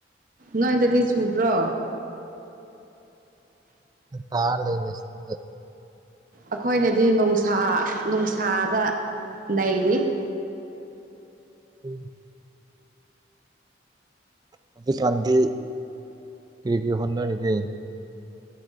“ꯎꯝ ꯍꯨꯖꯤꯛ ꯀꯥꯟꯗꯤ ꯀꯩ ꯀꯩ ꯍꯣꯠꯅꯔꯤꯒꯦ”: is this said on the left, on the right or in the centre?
Right